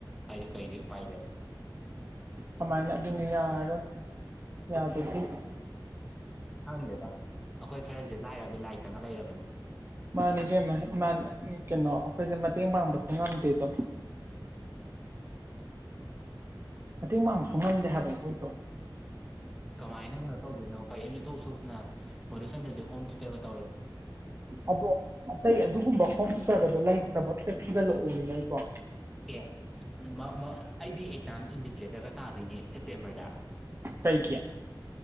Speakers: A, in the centre; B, on the right (about 30°).
A: ꯑꯩꯁꯨ ꯀꯩꯗꯤ ꯎꯄꯥꯏ ꯂꯩ <inaudible>
B: ꯀꯃꯥꯏꯅ ꯑꯗꯨꯅꯤ ꯌꯥꯔꯔꯣꯏ ꯌꯥꯗꯗꯤ
A: ꯈꯪꯗꯦꯗ ꯑꯩꯈꯣꯏ ꯈꯔꯁꯦ ꯂꯥꯏꯔꯕꯗ ꯂꯥꯏ ꯆꯪꯉ ꯂꯩꯔꯕꯅꯦ
B: ꯃꯥꯅꯦ ꯏꯕꯦꯝꯃ ꯃꯥꯅꯦ ꯀꯩꯅꯣ ꯑꯩꯈꯣꯏꯁꯦ ꯃꯇꯦꯡ ꯄꯥꯡꯕꯁꯨ ꯉꯝꯗꯦꯗꯣ
A: ꯎꯝ
B: ꯃꯇꯦꯡ ꯄꯥꯡꯕꯁꯨ ꯉꯝꯗꯦ ꯍꯥꯏꯕ ꯑꯩꯈꯣꯏꯗꯣ
A: ꯀꯃꯥꯏꯅ ꯀꯩꯅꯣ ꯇꯧꯗꯣꯏꯅꯣ ꯀꯔꯤꯝꯇ ꯊꯣꯛꯁꯨ ꯊꯣꯛꯇꯅ ꯃꯗꯨꯆꯟꯗ꯭ꯔꯗꯤ ꯍꯣꯝ ꯇꯌꯨꯇꯔ
B: ꯑꯗꯣ ꯑꯇꯩ ꯑꯗꯨꯒꯨꯝꯕ ꯍꯣꯝꯇꯨꯇꯔꯒꯗꯣ ꯂꯩꯇ꯭ꯔꯕ ꯊꯤꯒꯠꯂꯛ ꯑꯣꯃꯤ ꯅꯣꯏꯕꯣ
A: ꯑꯦ ꯃ ꯃ ꯑꯩꯗꯤ ꯑꯦꯛꯖꯥꯝ ꯏꯟꯚꯤꯖꯤꯂꯦꯇꯔꯒ ꯇꯥꯗꯣꯏꯅꯦ ꯁꯦꯞꯇꯦꯝꯕꯔꯗ
B: ꯀꯩꯒꯤ